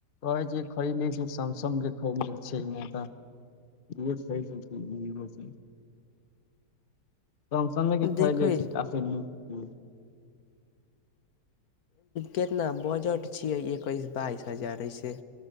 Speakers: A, on the left (about 40°); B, on the left (about 60°).
A: कहै छी खरीदे छी सैमसंग खरीदे छै ने तऽ रहो स छै स <inaudible> समसेग के फायदे
B: देखै
A: छै काफी नीक
B: केतना बजट छियै एकैस बाइस हजार अइसे